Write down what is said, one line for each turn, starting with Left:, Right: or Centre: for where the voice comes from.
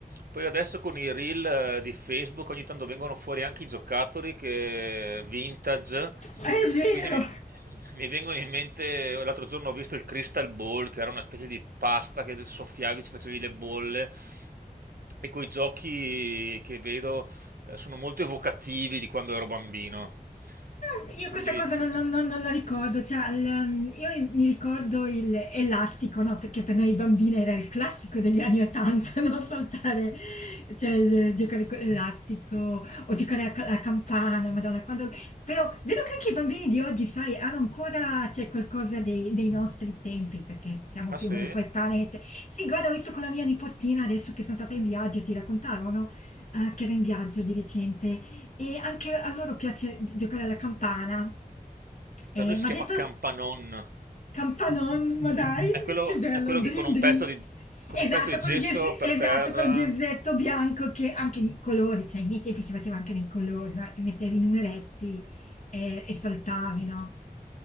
Right: Poi adesso con i reel eh, di Facebook ogni tanto vengono fuori anche i giocattoli che vintage
Left: È vero!
Right: e quindi mi, <laughs> mi vengono in mente, l'altro giorno ho visto il Crystal Ball che era una specie di pasta che soffiavi, ci facevi le bolle e quei giochi che vedo eh, sono molto evocativi di quando ero bambino.
Left: Ah, Io
Right: Quindi,
Left: questa cosa
Right: ci-
Left: non,
Right: ci-
Left: non- non- non la ricordo, cioè, il- io mi ricordo il elastico, no? Perché per noi bambine era il classico degli anni 80, <laughs> no? Saltare, cioè, il- giocare con l'elastico o giocare a ca- alla campana, madonna, quando... Però vedo che anche i bambini di oggi, sai, hanno ancora, c'è qualcosa dei, dei nostri tempi, perché siamo
Right: ah
Left: più
Right: sì?
Left: o meno coetanei. Sì, guarda, ho visto con la mia nipotina adesso che sono stata in viaggio, ti raccontavo, no? Eh, che era in viaggio di recente e anche a loro piace gi- giocare alla campana. Eh,
Right: Da noi si
Left: ma
Right: chiama
Left: detto
Right: Campanon.
Left: campanon, ma dai,
Right: È quello,
Left: che bello,
Right: è quello
Left: dream
Right: che con un
Left: dream.
Right: pezzo di, con
Left: Esatto,
Right: un pezzo di
Left: col
Right: gesso
Left: ges-
Right: per
Left: esatto,
Right: terra.
Left: col gersetto bianco che anche in colori, cioè ai miei tempi si faceva anche nei colori, no? E mettevi i numeretti eh, e saltavi, no?